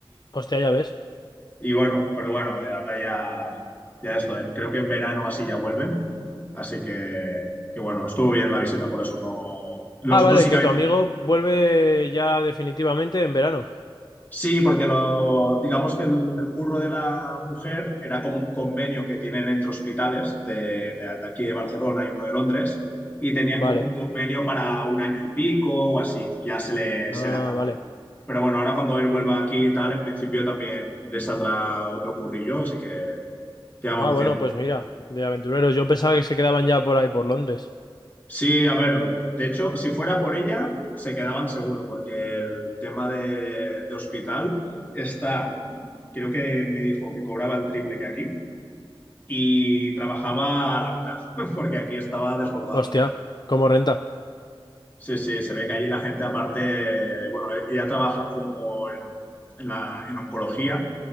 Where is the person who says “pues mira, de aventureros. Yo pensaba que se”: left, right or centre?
Left